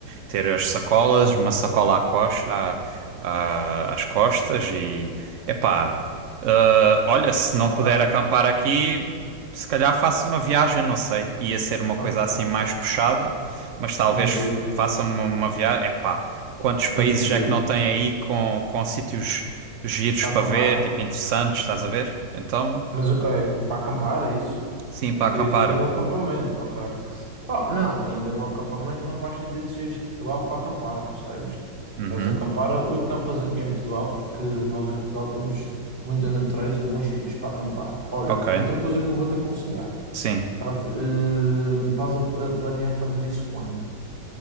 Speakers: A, on the right; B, on the right.
A: ter as sacolas, uma sacola à costa, à- à- às costas e, epá, ah, olha, se não
B: Ok,
A: puder acampar aqui, se calhar faço uma viagem, não sei, ia ser uma
B: ok.
A: coisa assim mais puxada, mas talvez
B: Muito é giro,
A: faça uma, uma viagem, epá, quantos países
B: muito é giro.
A: é que não tem aí com, com sítios giros
B: Para
A: para
B: acampar,
A: ver, tipo interessantes, estás a ver? Então...
B: mas ok, para acampar é isso?
A: Sim,
B: De,
A: para acampar.
B: ainda no acampamento, ok. Oh, não, ainda no acampamento não faz sentido seres de Portugal para acampar, percebes?
A: Uhum.
B: Queres acampar, acampas aqui em Portugal, porque nós em Portugal temos muita natureza e bons sítios para acampar. Olha,
A: Ok.
B: outra coisa que eu vou-te aconselhar,
A: Sim.
B: estás, eh, estás a, a planear fazer isso quando?